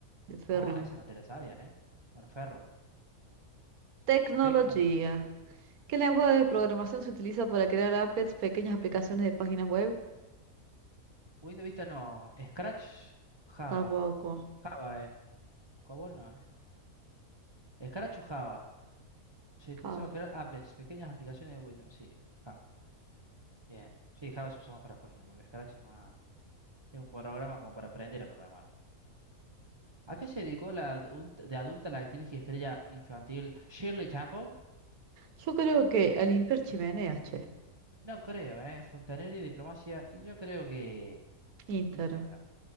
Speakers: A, on the right; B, on the right.
A: de Ferrium.
B: Ah, esa no te la sabías, ¿eh? Bueno, ferro,
A: Tecnología.
B: tecnología.
A: ¿Qué lenguaje de programación se utiliza para crear applets, pequeñas aplicaciones de páginas web?
B: Windows Vista no. Scratch, Java.
A: Tampoco.
B: Java, ¿eh? Cobol no, ¿eh? Scratch o Java. Se utiliza
A: Ah,
B: para crear applets, pequeñas aplicaciones de Windows. Sí, Java. Bien. Sí, Java se usa más para páginas web. Scratch es más. Es un programa como para aprender a programar. ¿A qué se dedicó la adulta- de adulta la actriz y estrella infantil Shirley Temple?
A: Yo creo que al Imper Chimenea, che.
B: No creo, ¿eh? Fontanelli, diplomacia, y yo creo que
A: Intern.
B: Instagram.